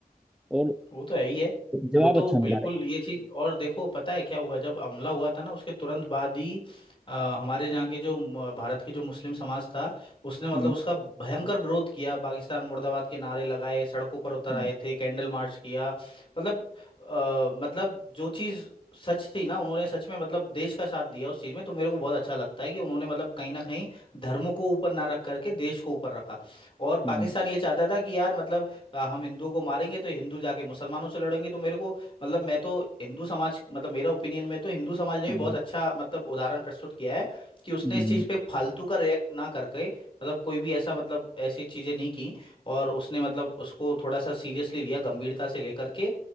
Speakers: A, in the centre; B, on the left (about 35°).
A: और
B: वो तो है ही है
A: जवाब
B: वो तो
A: अच्छा
B: बिल्कुल
A: मिला है
B: ये चीज और देखो पता है क्या हुआ जब हमला हुआ था ना उसके तुरंत बाद ही अ, हमारे यहाँ के जो म, भारत के जो मुस्लिम समाज था उसने मतलब
A: हम्म
B: उसका भयंकर विरोध किया पाकिस्तान मुर्दाबाद के नारे लगाए सड़कों पर उतर
A: हम्म
B: आए थे कैंडल मार्च किया मतलब अ, मतलब जो चीज सच थी ना उन्होंने सच में मतलब देश का साथ दिया उस चीज में तो मेरे को बहुत अच्छा लगता है कि उन्होंने मतलब कहीं ना कहीं धर्म को ऊपर ना रख करके देश को ऊपर रखा और
A: हम्म
B: पाकिस्तान ये चाहता था कि यार मतलब आ, हम हिंदुओं को मारेंगे तो हिंदू जाके मुसलमानों से लड़ेंगे तो मेरे को मतलब मैं तो हिंदू समाज मतलब मेरा ओपिनियन में तो हिंदू समाज ने भी
A: हम्म
B: बहुत अच्छा मतलब उदाहरण प्रस्तुत किया है कि उसने
A: हम्म
B: इस चीज़
A: हम्म
B: पे फालतू का रिएक्ट ना करके मतलब कोई भी ऐसा मतलब ऐसी चीज़ें नहीं की और उसने मतलब उसको थोड़ा सा सीरियसली लिया गंभीरता से लेकर के